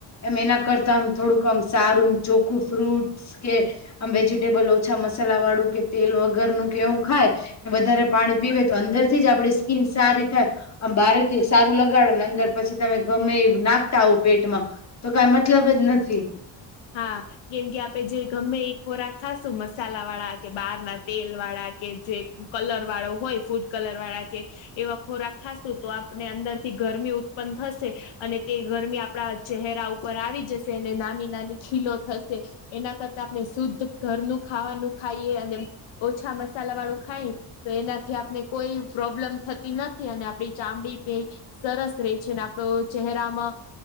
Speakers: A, on the left; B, on the left.
A: એમ એના કરતા આમ થોડુંક આમ સારું ચોખ્ખું ફ્રૂટસ કે આમ વેજીટેબલ ઓછા મસાલા વાળું કે તેલ વગરનું કે એવું ખાય. વધારે પાણી પીવે તો અંદરથી જ આપડી સ્કીન સારી થાય આમ બારે સારું લગાડો ન અંદર પછી તમે ગમે એ નાખતા હો પેટમાં. તો કાઈ મતલબ જ નથી.
B: હા. કેમ કે આપે જે ગમ્મે ઈ ખોરાક ખાશું મસાલા વાળા કે બહારના તેલ વાળા કે જે કલર વાળો હોય ફૂડ કલર વાળા કે એવા ખોરાક ખાશું તો આપને અંદરથી ગરમી ઉત્પન્ન થશે. અને તે ગરમી આપડા ચહેરા ઉપર આવી જશે અને નાની નાની ખીલો થશે એના કરતા આપણે શુદ્ધ ઘરનું ખાવાનું ખાઈએ અને ઓછા મસાલા વાળું ખાય, તો એનાથી આપને કોઈ પ્રોબ્લમ થ તી નથી, અને આપડી ચામડી બેય સરસ રે છેને, આપડો ચહેરામાં